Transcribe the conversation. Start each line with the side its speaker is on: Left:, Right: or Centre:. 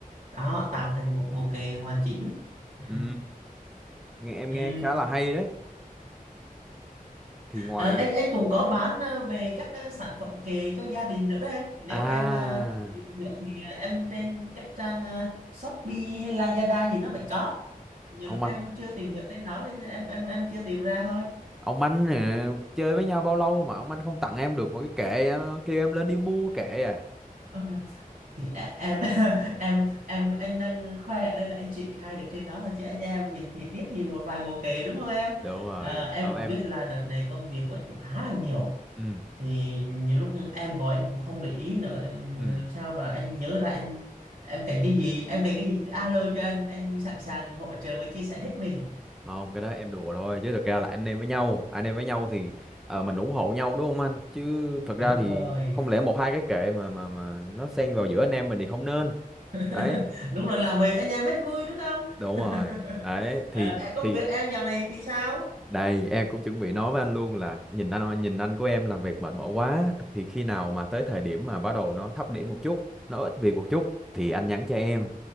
Right: đó
Centre: ồ
Right: tạo thành một bộ kệ hoàn chỉnh ừ.
Centre: ừ nghe em
Right: Ừ.
Centre: nghe khá là hay đấy thì ngoài
Right: À, anh anh cũng có bán à, về các à, sản phẩm kệ cho gia đình nữa đấy nếu
Centre: à
Right: em à, tìm hiểu thì à, em trên các trang à, Shopee hay Lazada gì nó vẫn có nhiều
Centre: ông
Right: lúc em
Centre: anh
Right: chưa tìm hiểu tên nó nên em em em chưa tìm ra thôi
Centre: ông anh nè, chơi với nhau bao lâu mà ông anh không tặng em được một cái kệ ờ, kêu em lên đi mua kệ à
Right: Ờ, thì e- em <laughs> em em anh đang khoe ở đây là anh triển khai được trên đó thôi chứ anh em mình thì tiếc gì một vài bộ kệ đúng không em
Centre: đúng rồi
Right: à, em
Centre: ờ,
Right: cũng
Centre: em
Right: biết là đợt này công việc của anh cũng khá là nhiều
Centre: ừ
Right: thì nhiều lúc em gọi anh cũng không để ý nữa thì làm
Centre: ừ
Right: sao mà anh nhớ ra anh em cần cái gì em cần cái gì cứ alo cho anh anh sẵn sàng hỗ trợ và chia sẻ hết mình
Centre: không cái đó em đùa thôi chứ thực ra là anh em với nhau anh em với nhau thì ờ, mình ủng hộ nhau đúng không anh chứ thực
Right: đúng
Centre: ra thì
Right: rồi
Centre: không lẽ một hai cái kệ mà mà mà nó xen vào giữa anh em mình thì không nên
Right: <laughs>
Centre: đấy
Right: đúng là làm mình anh em rất vui đúng không <laughs>
Centre: đúng rồi đấy
Right: à,
Centre: thì
Right: em công
Centre: thì
Right: việc em dạo này thì sao
Centre: Đây, em cũng chuẩn bị nói với anh luôn là nhìn anh nhìn anh của em làm việc mệt mỏi quá thì khi nào mà tới thời điểm mà bắt đầu nó thấp điểm một chút, nó ít việc một chút thì anh nhắn cho em.